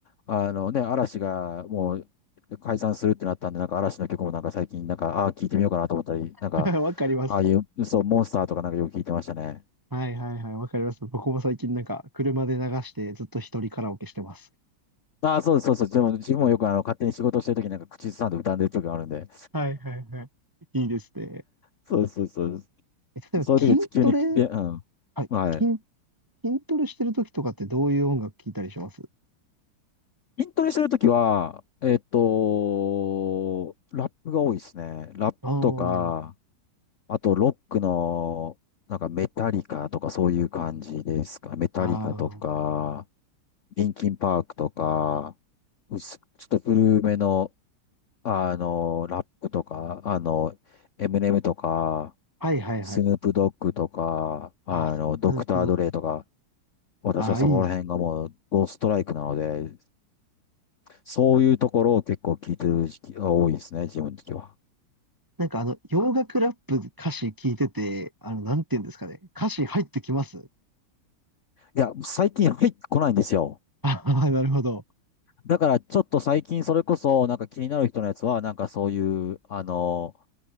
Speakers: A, on the left; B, on the right.
A: あのね、嵐がもう解散するってなったんで、なんか嵐の曲もなんか最近なんか、ああ、聞いてみようかなと思ったり、なんか、
B: 懐 <laughs> わかります。
A: ああいう、そう、モンスターとかなんかよく聞いてましたね。
B: はいはいはい、わかります。僕も最近なんか車で流してずっと一人カラオケしてます。
A: ああ、そうです、そうです。でも自分もよくあの、勝手に仕事してるときなんか口ずさんで歌んでる時があるんで。
B: はいはいはい。いいですね。
A: そうです、そうです。そ
B: え、例えば筋トレ、
A: うですそういう時急に聞いて、うん。
B: はい、
A: はい。
B: 筋、筋トレしてる時とかってどういう音楽聴いたりします
A: 筋トレしてるときは、えっと、ラップが多いですね。ラップとか、
B: ああー、
A: あと、ロックの、なんかメタリカとかそういう感じですか。メタリカとか、
B: ああ、
A: リンキンパークとか、うすちょっと古めの、あの、ラップとか、あの、エムネムとか、
B: はいはいはい。
A: スヌープドッグとか、あの、
B: ああ、スープの、
A: ドクター・ドレイとか、私はそこら辺がもうゴーストライクなので、
B: ああ、いいです
A: そういうところを結構聞いてる時期が多いですね、自分的には。
B: なんかあの、洋楽ラップ歌詞聞いてて、あの、なんて言うんですかね。歌詞入ってきます
A: いや、最近入ってこないんですよ。
B: あ <laughs> あー、なるほど。
A: だからちょっと最近それこそなんか気になる人のやつはなんかそういう、あの、